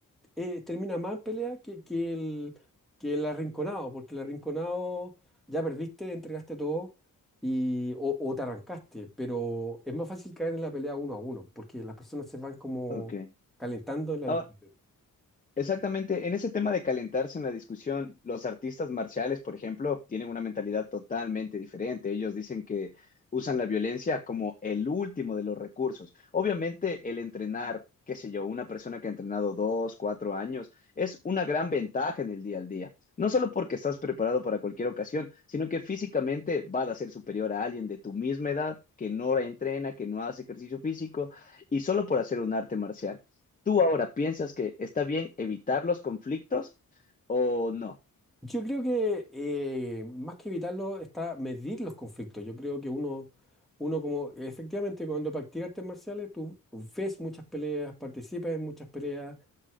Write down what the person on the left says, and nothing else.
ok.
Ahora,
Exactamente, en ese tema de calentarse en la discusión, los artistas marciales, por ejemplo, tienen una mentalidad totalmente diferente. Ellos dicen que usan la violencia como el último de los recursos. Obviamente, el entrenar, qué sé yo, una persona que ha entrenado dos, cuatro años, es una gran ventaja en el día al día. No solo porque estás preparado para cualquier ocasión, sino que físicamente vas a ser superior a alguien de tu misma edad que no entrena, que no hace ejercicio físico y solo por hacer un arte marcial. ¿Tú ahora piensas que está bien evitar los conflictos o no?